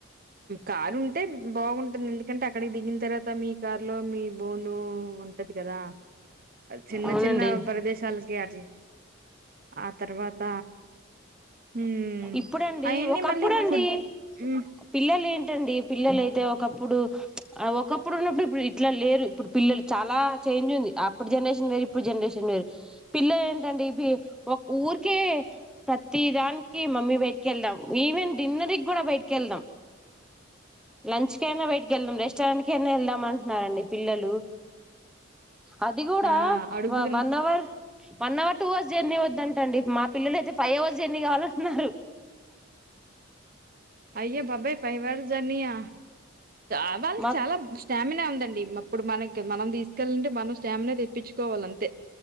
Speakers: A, on the right; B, in the centre.
A: కారు ఉంటే బాగుంటుంది. ఎందుకంటే అక్కడికి దిగిన తర్వాత, మీ కారు లో మీ బోను ఉంటది కదా. చిన్న
B: అవునండి
A: చిన్న ప్రదేశాలకి అ ఆ తర్వాత హ్మ్
B: ఇప్పుడు అండి
A: అయన్నీ
B: ఒకప్పుడు
A: మళ్ళీ ఫుడ్
B: డి
A: హ్మ్
B: పిల్లలు ఏం ఏంటండి పిల్లలయితే, ఒకప్పుడు ఒకప్పుడు ఉన్నప్పుడు ఇప్పుడు ఇట్లా లేరు. ఇప్పుడు పిల్లలు చాలా చేంజ్ ఉంది. అప్పుడు జనరేషన్ వేరు, ఇప్పుడు జనరేషన్ వేరు పిల్లలు ఏంటండి ఇ ఒక ఊరికే ప్రతి దానికి మమ్మీ బయటికి వెళ్దాం. ఈవెన్ డిన్నర్ కి కూడా బయటకి వెళ్దాం. లంచ్ కయినా బయటిక వెళ్దాం. రెస్టారెంట్ క అయినా వెళ్దాం అంటున్నారండి పిల్లలు. అది కూడా
A: ఆ అడుగుతున్
B: one hour one hour two hours journey వద్దంటండి. మా పిల్లలైతే ఫైవ్ అవర్స్ జర్నీ కావాలి అం న్నారు
A: అయ్య బాబ్బా ఫైవ్ అవర్స్ జర్నియా ఆ వాళ్ళు
B: మా
A: చాలా స్టామినా ఉందండి ఇప్పుడు మనకి మనం తీసుకెల్ అంటే మనుస్ స్టామిన తెప్పించుకోవాలి అంతే